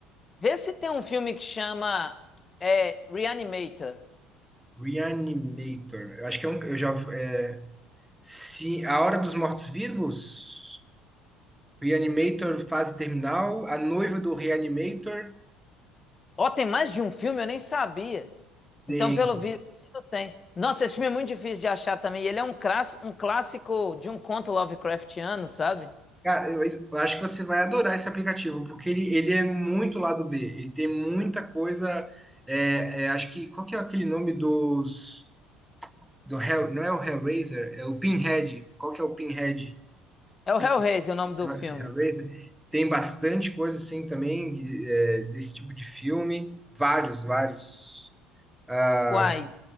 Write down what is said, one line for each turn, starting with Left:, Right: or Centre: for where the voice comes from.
Left: Vê se tem um filme que chama é, Reanimator.
Centre: Reanimator. Eu acho que é um, eu já é, sim, A Hora dos Mortos-Vivos. Reanimator fase terminal, a noiva do Reanimator.
Left: Ó, tem mais de um filme, eu nem sabia.
Centre: Tem.
Left: Então, pelo visto, tem. Nossa, esse filme é muito difícil de achar também. E ele é um, crass, um clássico de um conto Lovecraftiano, sabe?
Centre: Cara, eu, eu acho que você vai adorar esse aplicativo, porque ele, ele é muito lado B. Ele tem muita coisa. é, é, acho que. Qual que é aquele nome dos. Do Hell, não é o Hellraiser, é o Pinhead. Qual que é o Pinhead?
Left: É o
Centre: Pin-
Left: Hellraiser, o nome do
Centre: Hellraiser.
Left: filme.
Centre: Tem bastante coisa assim também de- é, desse tipo de filme. Vários, vários. <laughs>
Left: Uai,